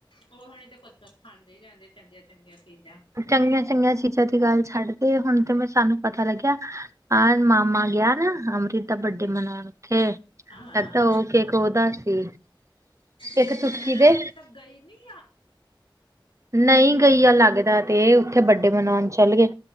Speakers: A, on the left (about 85°); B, on the right (about 35°).
A: ਉਹਣੀ ਤਾਂ ਕੁਛ ਕੁ ਖਾਂਦੇ ਹੀ ਰਹਿੰਦੇ ਚੰਗੀਆਂ ਚੰਗੀਆਂ ਚੀਜ਼ਾਂ।
B: ਚੰਗੀਆਂ-ਚੰਗੀਆਂ ਚੀਜ਼ਾਂ ਦੀ ਗੱਲ ਛੱਡ ਦੇ ਹੁਣ ਤੇ ਮੈਂ ਸਾਨੂੰ ਪਤਾ ਲੱਗਿਆ ਆਹ ਮਾਮਾ ਗਿਆ ਅੰਨਕਿਤ ਦਾ ਬਰਡੇ ਮਨਾਣ ਹੁਣ ਉੱਥੇ
A: ਹਾਂ
B: ਅੱਛਾ ਓ ਕੇਕ ਉਦਾ ਸੀ।
A: ਸੁਨੈਣਾ
B: ਇੱਕ ਚੁਪੀ ਦੇ
A: ਹਾਲੇ ਗਈ ਨੀ ਆ?
B: ਨਈ ਗਈ ਆ ਲੱਗਦਾ ਤੇ ਉੱਥੇ ਬੱਡੇ ਮਨਾਉਣ ਚੱਲ ਗਏ।